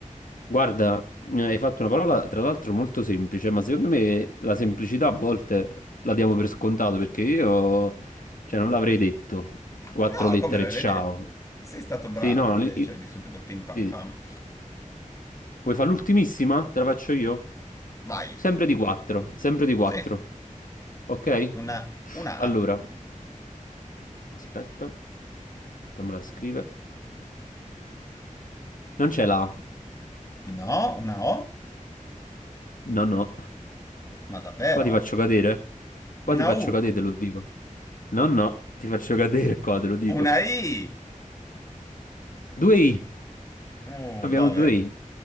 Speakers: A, on the left (about 80°); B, on the left (about 25°).
A: Guarda, eh, hai fatto una parola tra l'altro molto semplice, ma secondo me la semplicità a volte la diamo per scontato perché io, cioè, non l'avrei detto. Quattro
B: No,
A: lettere,
B: come me
A: ciao.
B: l'hai detto? Sei stato bravo
A: Sì, no,
B: invece,
A: li- i-
B: di subito pim pam
A: sì.
B: pam.
A: Vuoi fare l'ultimissima? Te la faccio io?
B: Vai.
A: Sempre di quattro, sempre di quattro.
B: Sì,
A: Ok?
B: una, una
A: Allora,
B: A.
A: aspetta, fammela scrivere. Non c'è la. A.
B: No, una O?
A: No, no.
B: Ma davvero?
A: Qua ti faccio cadere. Qua
B: Una
A: ti faccio
B: U.
A: cadere, te lo dico. No, no, ti faccio cadere qua, te lo dico.
B: Una I.
A: 2i.
B: Uh,
A: Abbiamo
B: dove?
A: 2i.